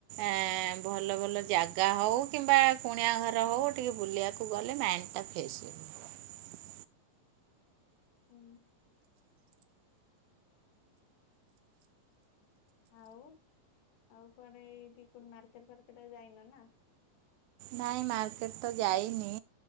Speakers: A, on the right; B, on the left.
A: ଏଁ ଭଲ ଭଲ ଜାଗା ହଉ କିମ୍ବା କୁଣିଆ ଘର ହଉ। ଟିକେ ବୁଲିବାକୁ ଗଲେ ମାଇଣ୍ଡ ଟା ଫ୍ରେସ ହେଇଯିବ।
B: ଉଁ ହୁଁ। ଆଉ ଆଉ କୁଆଡ଼େ ଏଇଠି କୋଉଠି ମାର୍କେଟ ଫାର୍କେଟ ଆଉ ଯାଇନ ନା?
A: ନାଇଁ ମାର୍କେଟ ତ ଯାଇନି।